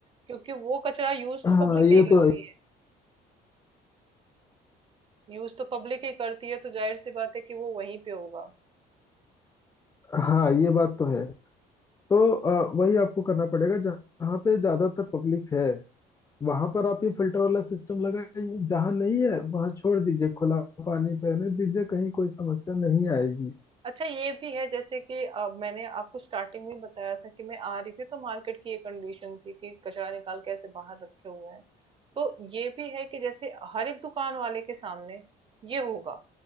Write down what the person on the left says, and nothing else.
हाँ
ये
तो है।
हाँ ये बात तो है तो अ, वही आपको करना पड़ेगा जहाँ पे ज्यादातर पब्लिक है वहां पर आप ये फिल्टर वाला सिस्टम लगाइए जहां नहीं है वहां छोड़ दीजिए खुला पानी बहने दीजिए कहीं कोई समस्या नहीं आएगी